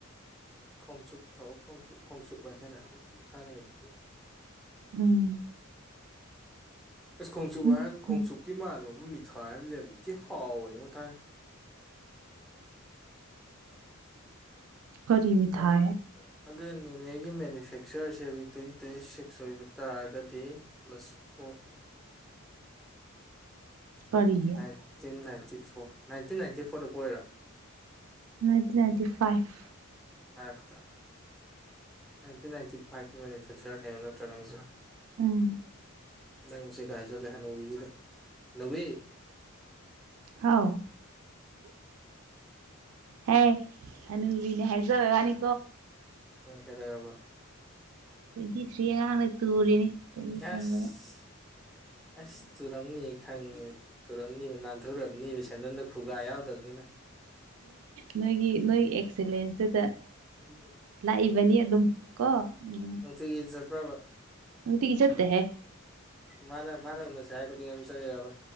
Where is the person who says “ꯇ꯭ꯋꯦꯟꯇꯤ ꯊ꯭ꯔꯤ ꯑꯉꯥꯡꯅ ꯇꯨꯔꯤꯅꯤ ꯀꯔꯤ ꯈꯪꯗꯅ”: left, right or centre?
Right